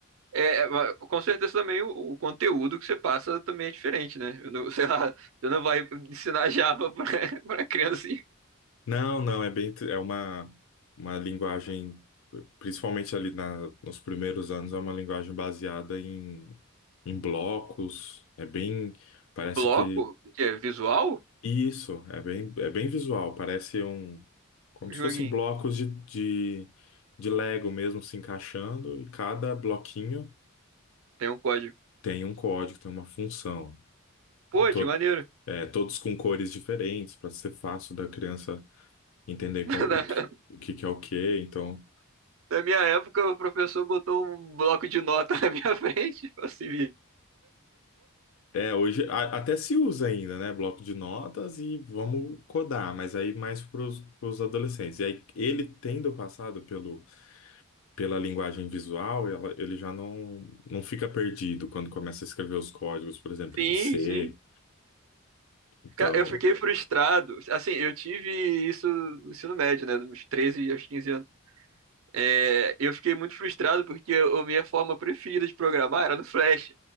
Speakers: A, on the right; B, on the left.
A: É, mas com certeza também o, o conteúdo que você passa também é diferente, né? Eu não- <laughs> sei lá, você não vai ensinar Java pra, <laughs> pra criancinha.
B: Não, não, é bem, é uma, uma linguagem, principalmente ali na, nos primeiros anos, é uma linguagem baseada em, em blocos. É bem, parece
A: Bloco,
B: que
A: que é visual,
B: Isso, é bem, é bem visual, parece um, como
A: joguinho,
B: se fosse blocos de, de, de Lego mesmo se encaixando, e cada bloquinho
A: tem um código.
B: tem um código, tem uma função.
A: Pô,
B: E to-
A: que maneiro.
B: é, todos com cores diferentes, para ser fácil da criança entender
A: <laughs>
B: qual, o que, o que que é o que. Então,
A: Na, na minha época, o professor botou um bloco de nota <laughs> na minha frente. falou assim,
B: é, hoje a- até se usa ainda, né? Bloco de notas e vamos codar, mas aí mais para os adolescentes. E aí, ele tendo passado pelo. pela linguagem visual, ela- ele já não, não fica perdido quando começa a escrever os códigos, por exemplo,
A: Sim,
B: em C.
A: sim.
B: Então,
A: Ca- Eu fiquei frustrado. Assim, eu tive isso no ensino médio, né? Dos 13 aos 15 anos. É, eu fiquei muito frustrado porque a a minha forma preferida de programar era no Flash.